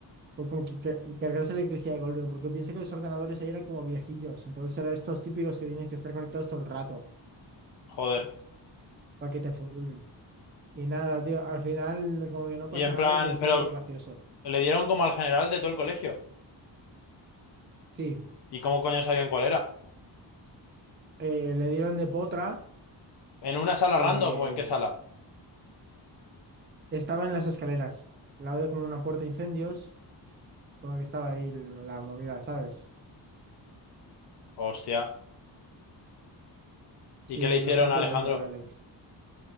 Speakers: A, on the right (about 25°); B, on the left (about 65°).
A: por como que ca- y cargarse la electricidad de golpe, porque pienso que los ordenadores ahí eran como viejillos, entonces eran estos típicos que tienen que estar conectados todo el rato
B: joder.
A: para que te furulen. Y nada, tío, al final no, como que no pasa
B: Y en
A: nada,
B: plan,
A: pero estuvo
B: pero
A: todo gracioso.
B: le dieron como al general de todo el colegio.
A: Sí,
B: ¿Y cómo coño sabían cuál era?
A: eh, le dieron de potra,
B: ¿En una sala
A: eh,
B: random o en qué sala?
A: estaba en las escaleras, al lado de como una puerta de incendios, como que estaba ahí la movida, ¿sabes?
B: Hostia.
A: Sí,
B: ¿Y qué le hicieron
A: bastante
B: a Alejandro?
A: loco el Alex.